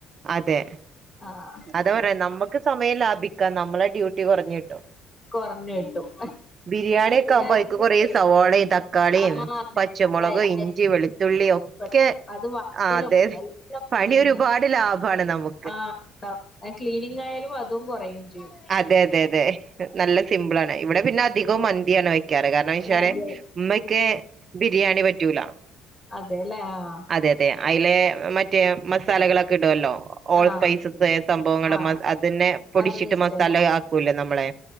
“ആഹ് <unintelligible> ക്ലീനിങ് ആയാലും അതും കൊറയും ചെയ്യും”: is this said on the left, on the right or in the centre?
Left